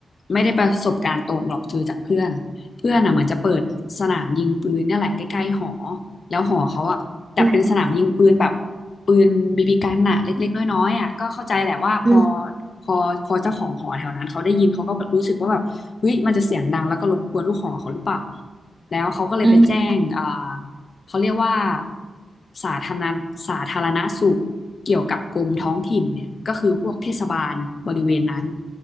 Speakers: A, on the left; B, on the right.
A: ไม่ได้ประสบการณ์ตรงหรอกเจอจากเพื่อนเพื่อนอ่ะเหมือนจะเปิดสนามยิงปืนเนี่ยแหละใกล้ๆหอแล้วหอเขาอ่ะแต่เป็นสนามยิงปืนแบบ
B: อืม
A: ปืนบีบีกันน่ะเล็กๆน้อยๆอ่ะก็เข้าใจแหละว่าพอ
B: อืม
A: พอพอเจ้าของหอแถวนั้นเขาได้ยินเขาก็แบบรู้สึกว่าแบบเฮ้ยมันจะเสียงดังแล้วก็รบกวนลูกหอเขาหรือเปล่าแล้วเขาก็เลยไปแจ้งอ่า
B: อืม
A: เขาเรียกว่าสาธารณสาธารณสุขเกี่ยวกับกรมท้องถิ่นเนี่ยก็คือพวกเทศบาลบริเวณนั้น